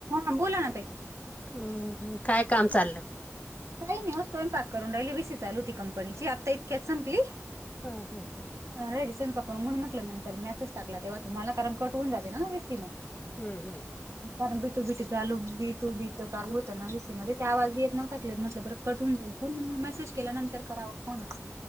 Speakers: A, on the right; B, on the left.
A: हा बोला ना ताई.
B: हम्म, काय काम चाल?
A: काही नाही हो स्वयंपाक करून राहिली वि सी चालू होती कंपनीची आता इतक्याच संपली.
B: हम्म, हम्म, हम्म.
A: रेडी स्वयंपाक करून म्हणून म्हटलं नंतर मेसेज टाकला तेव्हा तुम्हाला कारण कट होऊन जाते ना वि सी मग.
B: हम्म, हम्म, हम्म.
A: कारण बी टू बी टु चालू बी टू बी च चालू होतं वी सी मध्ये ते बी आवाज येत नव्हता क्लियर म्हटलं परत कटून जाईल. फोन मेसेज केल्या नंतर करावा फोन अस.